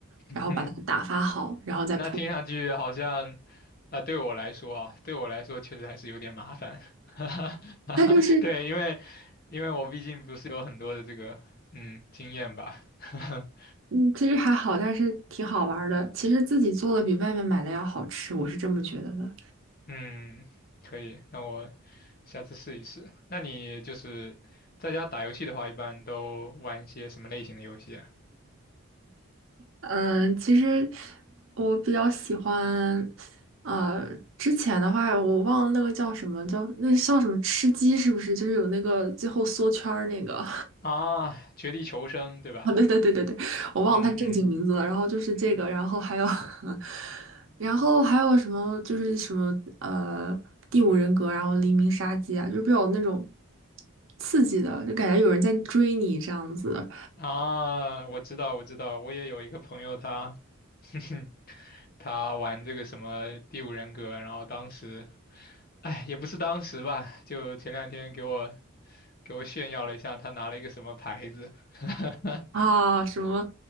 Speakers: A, on the left; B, on the right.
A: <laughs>
B: 然后把它打发好，然后再铺。
A: 那听上去好像，啊、对我来说啊，对我来说确实还是有点麻烦，<laughs> 哈哈哈对，
B: 它就是，
A: 因为因为我毕竟不是有很多的这个嗯经验吧，<laughs>
B: 嗯，其实还好，但是挺好玩儿的。其实自己做的比外面买的要好吃，我是这么觉得的。
A: 嗯，可以，那我下次试一试。那你就是在家打游戏的话，一般都玩一些什么类型的游戏啊？
B: 嗯，其实我比较喜欢，呃，之前的话我忘了那个叫什么，叫那叫什么吃鸡是不是？就是有那个最后缩圈儿那个。
A: 啊，绝地求生，对吧？
B: <laughs> 哦，对对对对对，我忘了他正经名字了。
A: 嗯嗯
B: 然后就是这个，
A: 嗯。
B: 然后还有，<laughs> 然后还有什么，就是什么呃，第五人格，然后黎明杀机啊，就是比较那种刺激的，就感觉有人在追你这样子
A: 啊，我知道，我知道，我也有一个朋友他，<laughs> 哼哼他玩这个什么《第五人格》，然后当时，哎，也不是当时吧，就前两天给我给我炫耀了一下，他拿了一个什么牌子，<laughs>
B: 啊，什么